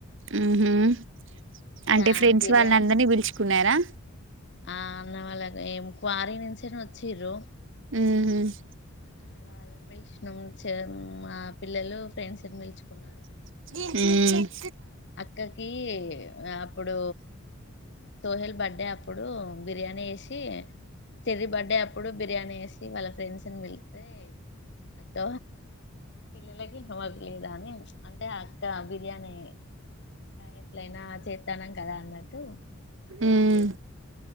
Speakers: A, on the right; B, on the left.
A: హుహ్
B: ఇక
A: అంటే ఫ్రెండ్స్
B: బిర్యానీ
A: వాళ్ళ అందరినీ పిలుచుకున్నరా.
B: ఆ అన్న వాళ్ళకి ఏం క్వారీ నుంచే వచ్చిర్రు.
A: హుహ్
B: ఆ <unintelligible> వాళ్ళ చె మా పిల్లలు ఫ్రెండ్స్ పిలుచుకున్నాను.
A: హ్
B: అక్కకి అప్పుడు సోహెల్ బర్డె అప్పుడు బిర్యానీ చేసి, చెర్రీ బర్డె అప్పుడు బిర్యానీ చేసి వాళ్ళ ఫ్రెండ్స్ని పిలిత్తె అక్క పిల్లలకి హోం వర్క్ లేదా అని చ్ అంటే అక్క బిర్యానీ ఎట్లైనా చేత్తన్నం కదా అన్నట్టు
A: ఉమ్